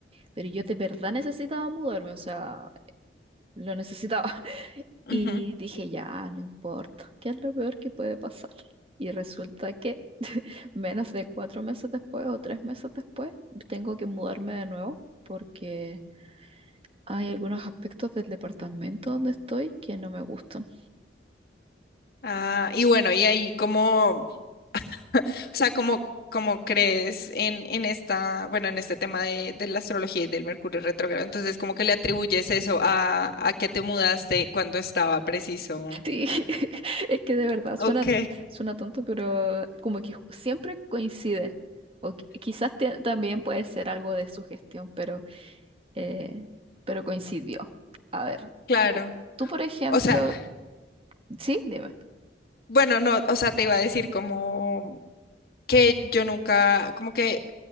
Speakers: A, on the right (about 30°); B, on the left (about 55°).
A: Pero yo de verdad necesitaba mudarme, o sea, lo necesitaba. <laughs>
B: Ujú.
A: Y dije, ya, no importa, ¿qué es lo peor que puede pasar? Y resulta que menos de cuatro meses después o tres meses después, tengo que mudarme de nuevo porque hay algunos aspectos del departamento donde estoy que no me gustan.
B: Ah, y bueno, y ahí como O sea, ¿cómo, cómo crees en, en esta, bueno, en este tema de, de la astrología y del Mercurio retrógrado? Entonces, ¿cómo que le atribuyes eso a, a que te mudaste cuando estaba preciso?
A: <laughs> Sí, es que de verdad suena,
B: Ok,
A: suena tonto, pero como que ju- siempre coincide. O qui- quizás te- también puede ser algo de sugestión, pero, eh, pero coincidió. A ver,
B: claro.
A: tú, tú, por ejemplo,
B: O sea,
A: Sí, dime,
B: bueno, no, o sea, te iba a decir como que yo nunca, como que